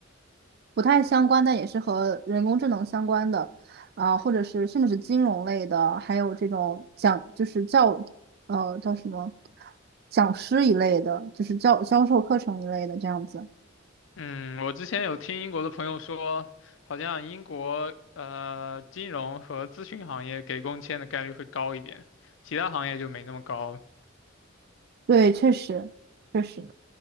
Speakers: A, on the right; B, on the left.
A: 不太相关，但也是和人工智能相关的，啊、或者是甚至是金融类的，还有这种讲就是教，呃，叫什么讲师一类的，就是教销售课程一类的这样子。
B: 嗯，我之前有听英国的朋友说，好像英国呃金融和咨询行业给工签的概率会高一点，其他行业就没那么高。
A: 对，确实，确实，